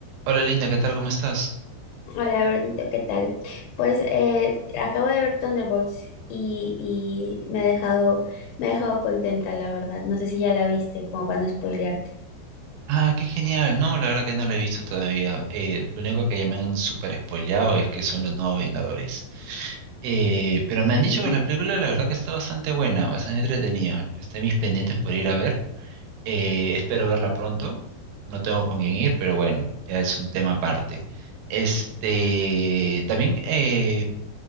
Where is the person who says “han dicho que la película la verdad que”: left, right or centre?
Right